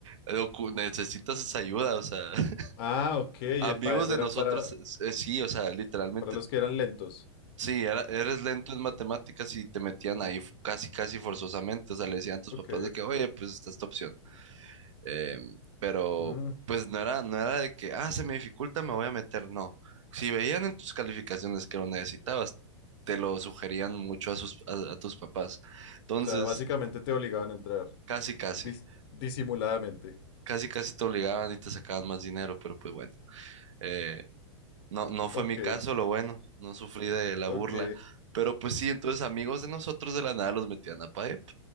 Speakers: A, on the right (about 80°); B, on the left (about 50°).
A: ocu- necesitas esa ayuda, o sea, <laughs>
B: Ah, ok, el
A: amigos
B: PAEP
A: de
B: era
A: nosotros,
B: para,
A: eh, sí, o sea, literalmente,
B: para los que eran lentos.
A: sí, era- eres lento en matemáticas y te metían ahí f- casi, casi forzosamente, o sea, le decían a tus
B: Ok.
A: papás de que, oye, pues está esta opción. Eh, pero
B: mm, O
A: pues no era, no era de que, ah, se me dificulta, me voy a meter, no. Si veían en tus calificaciones que lo necesitabas, te lo sugerían mucho a, sus, a, a tus papás. Entonces,
B: sea, básicamente te obligaban a entrar
A: casi, casi,
B: dis- disimuladamente.
A: casi, casi te obligaban y te sacaban más dinero, pero pues bueno, eh, no, no fue
B: Ok,
A: mi caso, lo bueno, no sufrí de la
B: ok,
A: burla. Pero pues sí, entonces amigos de nosotros de la nada los metían a PAEP.